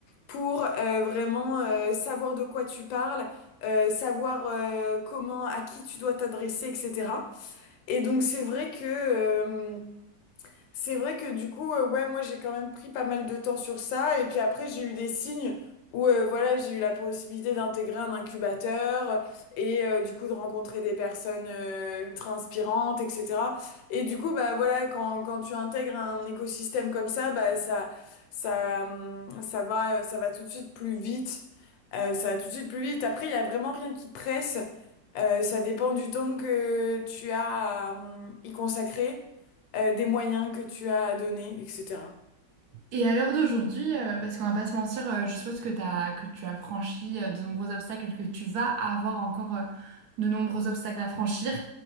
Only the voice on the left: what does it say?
pour euh, vraiment euh, savoir de quoi tu parles. euh, savoir euh, comment, à qui tu dois t'adresser, etc. Et donc c'est vrai que euh, c'est vrai que du coup, euh, ouais, moi j'ai quand même pris pas mal de temps sur ça. Et puis après, j'ai eu des signes où euh, voilà, j'ai eu la possibilité d'intégrer un incubateur et euh, du coup de rencontrer des personnes euh, ultra inspirantes, etc. Et du coup, bah voilà, quand, quand tu intègres un écosystème comme ça, bah ça, ça, hum, ça va, ça va tout de suite plus vite. Euh, ça va tout de suite plus vite. Après, il y a vraiment rien qui presse. Euh, ça dépend du temps que tu as à hum, y consacrer euh, des moyens que tu as à donner, etc.